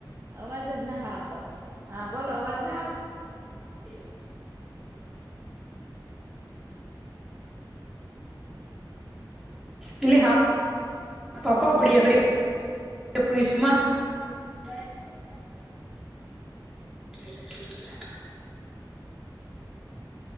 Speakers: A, on the right (about 35°); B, in the centre.
A: અવાજ જ નહ આવતો, હા બોલો અવાજ ના આવતો
B: <inaudible> એટલે હાતો કવ ઘડીયે ઘડિયે બસમાં <inaudible> <inaudible>